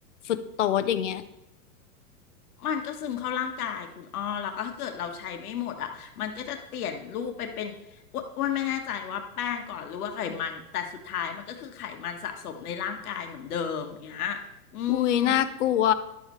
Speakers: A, on the left; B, on the left.
A: ฟรุตโตสอย่างเงี้ย
B: มันก็ซึมเข้าร่างกายคุณอ้อแล้วก็ถ้าเกิดเราใช้ไม่หมดอ่ะมันก็จะเปลี่ยนรูปไปเป็นอ้วนอ้วนไม่แน่ใจว่าแป้งก่อนหรือว่าไขมันแต่สุดท้ายมันก็คือไขมันสะสมในร่างกายเหมือนเดิมเงี้ยอืม
A: อุ้ยน่ากลัว